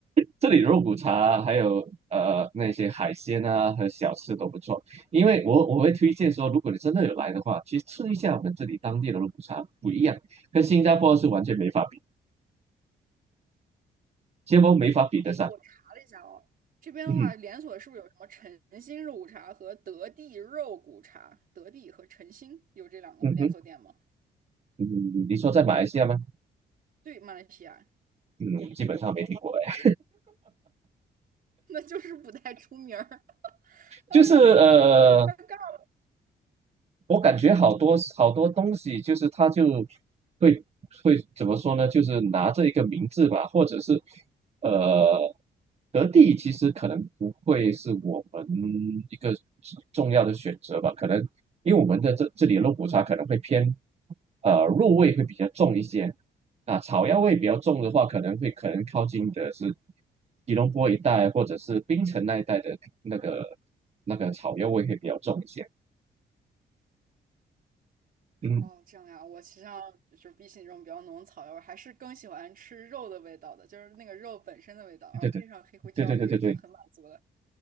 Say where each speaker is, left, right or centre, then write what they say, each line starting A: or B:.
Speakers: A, on the right; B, on the right.
A: 这里肉骨茶啊还有呃那些海鲜啊和小吃都不错，因为我我会推荐说，如果你真的有来的话，去吃一下我们这里当地的肉骨茶，不一样，跟新加坡是完全没法比，新加坡没法比得上。
B: 哎，我查了一下哦，这边的话，
A: <laughs>
B: 连锁是不是有什么晨兴肉骨茶和德地肉骨茶？德地和晨兴有这两个连锁店吗？
A: 嗯哼嗯哼，嗯，你说在马来西亚吗？
B: 对，马来西亚，
A: 嗯，基本上没听过哎，
B: <laughs> 那就是不太出名儿。<laughs> 哎呀，
A: 就是呃，
B: 哎呀，尴尬了。
A: 我感觉好多好多东西，
B: 嗯，
A: 就是他就会会怎么说呢？就是拿着一个名字吧，或者是呃，德地其实可能不会是我们一个重要的选择吧，可能因为我们的这这里的肉骨茶可能会偏呃肉味会比较重一些，啊，草药味比较重的话，可能会可能靠近的是吉隆坡一带或者是槟城那一带的那个那个草药味会比较重一些。嗯，
B: 哦，这样呀，我其实上就是比起那种比较浓的草药味儿还是更喜欢吃肉的味道的，就是那个肉本身的味道，然后配上黑胡椒就已经很满足了。
A: 对对对。对对对对